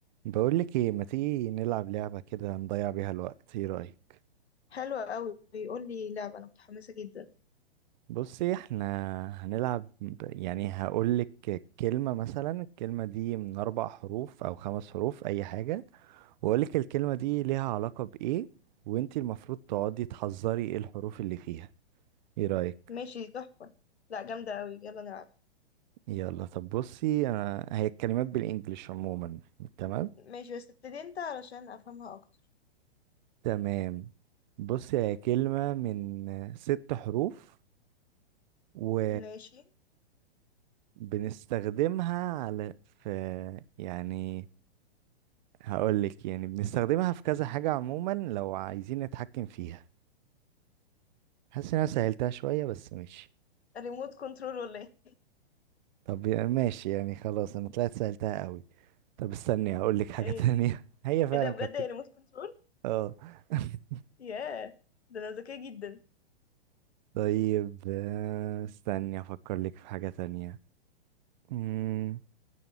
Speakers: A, on the right (about 45°); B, on the left (about 80°).
A: بقول لك ايه ما تيجي نلعب لعبة كده نضيع بيها الوقت ايه رأيك
B: حلوة قوي بيقول لي لعبة أنا متحمسة جدا
A: بصي احنا هنلعب ب- يعني هقول لك كلمة مثلا الكلمة دي من اربع حروف او خمس حروف اي حاجة واقول لك الكلمة دي ليها علاقة بايه وانتي المفروض تقعدي تحذري ايه الحروف اللي فيها ايه رأيك
B: ماشي تحفة لا جامدة قوي يلا نلعب
A: يلا طب بصي انا هي الكلمات بالانجلش عموما تمام
B: ماشي بس ابتدي انت علشان أفهمها أكتر
A: تمام بصي هي كلمة من ست حروف و
B: ماشي
A: بنستخدمها على في يعني هقول لك يعني بنستخدمها في كذا حاجة عموما لو عايزين نتحكم فيها حاسس ان انا سهلتها شوية بس ماشي
B: ريموت كنترول ولا ايه
A: طب يا- ماشي يعني خلاص انا طلعت سهلتها قوي طب استني هقول لك حاجة
B: ايه
A: تانية <laughs> هي فعلا
B: ايه ده بجد
A: كانت
B: يا ريموت كنترول
A: اه <laughs>
B: ياه ده أنا ذكية جدا
A: طيب آه، استني افكر لك في حاجة تانية مم،